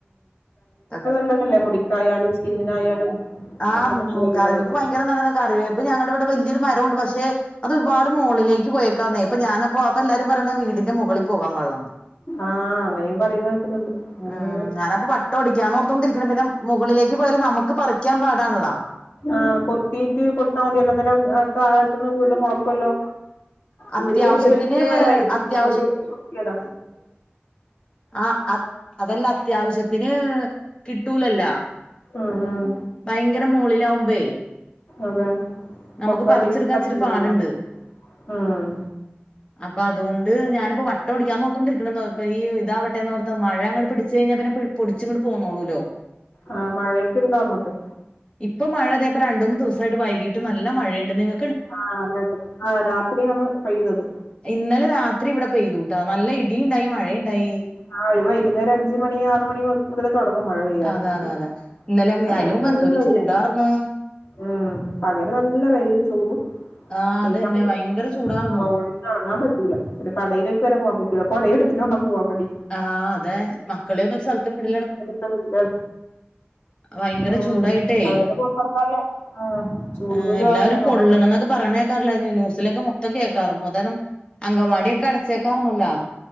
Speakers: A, on the left; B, on the left.
A: അ
B: ന <unintelligible> ല്ലേ മുടിക്കായാലും സ്കിന്നിനായാലും.
A: ആഹ്
B: അത്
A: മു
B: നല്ലതല്ലേ
A: മു കറിവയ്പ്പ്
B: കറിവേപ്പില
A: ഭയങ്കര നല്ലതാ കറിവേയ്പ്പ് ഞങ്ങള്ടെ വീട്ട് വലൃയൊരു മരം ഉണ്ട് പക്ഷെ. അതൊര്പാട് മോളിലേക്ക് പോയേക്കാന്നേ ഇപ്പൊ ഞാന് അപ്പോ അപ്പൊ എല്ലാരും പറയണ് വീടിന്റെ മുകളിൽ പോകാൻ പാടില്ലാന്ന്.
B: ആഹ് അങ്ങനെയും പറയുന്ന കേക്കുന്നുണ്ട്. അങ്ങനെ
A: ഉം
B: ഓരോ
A: ഞാനപ്പൊ പട്ട ഒടിക്ക്യന്നോർത്തോണ്ടിരിക്ക്ണ് പിന്നെ മുകളിലേക്ക് പോയാലും നമുക്ക് പറിക്ക്യാൻ പാടാണല്ലോ.
B: ആഹ് കൊത്തീറ്റ് കൊട്ത്താ മത്യേലോ അന്നേരം താഴത്ത്ന്ന് വീണ്ടും മൊളക്കുല്ലോ.
A: അത്യാവശ്യത്തിന്
B: ഇവിടെയും വെല്ല്യ മരയ്ര്ന്നു
A: അത്യാവശ്യ
B: <unintelligible> കൊത്യേത.
A: ആഹ് അ അതല്ലാ അത്യാവശ്യത്തിന് കിട്ടൂലല്ല.
B: ഉം ഉം.
A: ഭയങ്കര മോളിലാവുമ്പേ.
B: അതെ പൊക്കാട്ടി
A: നമുക്ക് പറിച്ചെടുക്കാൻ
B: <unintelligible>
A: ഇച്ചിരി പാടുണ്ട്
B: ആഹ്.
A: അപ്പ അതോണ്ട് ഞാന്പ്പം വട്ടോടിക്കന്നോർതോണ്ടിരിക്കാണത പ്പ ഈ താവട്ടെ ന്നോർത മഴ അങ്ങോട്ട് പിടിച്ചയ്ഞ പിന്നെ പി പൊട്ച്ചിങ്ങട്ട് പോന്നോളൂല്ലോ.
B: ആഹ് മഴയ്ക്കിണ്ടോ അങ്ങോട്ട്?
A: ഇപ്പം മഴ തേ പ്പ രണ്ടൂന്ന് ദിവസായിട്ട് വൈകീട്ട് നല്ല മഴയ്ണ്ട് നിങ്ങ
B: ആഹ് <unintelligible> ആ രാത്രിയാണ് പെയ്തത്.
A: ഇന്നലെ രാത്രി വടെ പെയ്തൂട്ടാ നല്ല ഇടിണ്ടായി മഴയീണ്ടായി.
B: ആഹ് ഒരു വൈകുന്നേര അഞ്ച് മണി ആറ് മണി മു തലേ തൊട്ങ്ങും മഴ പെയ്യാൻ
A: അതെ അതെ
B: ഇ
A: അതെ ഇന്നലെ
B: അത്
A: അതിന്
B: <unintelligible>
A: മുമ്പ് എന്തൊരു ചൂടാർന്ന്
B: ഉം പകല് നല്ല വെയില് ചൂടും
A: ആ
B: സയ്‌ക്കാൻ
A: അതന്നെ
B: പറ്റതില്ല
A: ഭയങ്കര ചൂടാർന്നു
B: ആ റോഡ അറങ്ങാൻ പറ്റൂല ഒരു കടയിലേക്ക് വരെ പോവാൻ പറ്റൂല കൊട എടുത്തിട്ട് വേണം പോവാൻ വേണ്ടി.
A: ആഹ് അതെ മക്കളെ ഒ <unintelligible> രു സല്ത്ത്ക്ക് വിടില
B: <unintelligible> ണ്ടേ
A: ഭയങ്കര
B: ഉം
A: ചൂടായിട്ടേ
B: അവരെന്നും പൊർത്തറ്ക്കാർല ആ ചൂട്
A: ആ,
B: കുരു
A: എല്ലാവരും
B: ആവും
A: പൊള്ളണന്നൊക്കെ
B: മുഖക്കെ.
A: <unintelligible> ന്യൂസിലൊക്കെ മൊത്തം കേക്കാർന്നു അതാരം അങ്കംവാടി ഒക്കെ അടച്ചേക്കാർന്നല്ലോ.